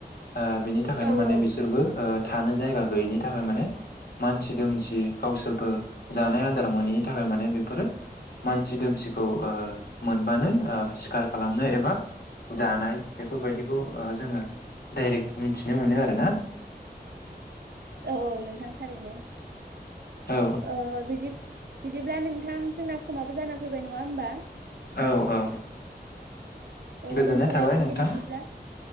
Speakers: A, on the left; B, on the right.
A: ओ बिनि थाखायनो
B: औ
A: माने
B: औ
A: बिसोरबो ओ थानो जायगा गैयिनि थाखाय माने मानसि दोमसि गावसोरबो जानाय आदार मोनैनि थाखाय माने बेफोरो मानसि दोमसिखौ ओ मोनबानो सिखार खालामनाय एबा जानाय बेफोरबायदिखौ जोङो डाइरेक्ट मिथिनो मोनो आरोना।
B: औ औ नोंथां थारैनो।
A: औ
B: ओ बिदि बिदिब्ला नोंथां जोंना समाबो जाना फैबाय नङा होमबा?
A: औ औ।
B: औ
A: गोजोननाय
B: दोनथ'लायनोसै
A: थाबाय नोंथां
B: बिदिब्ला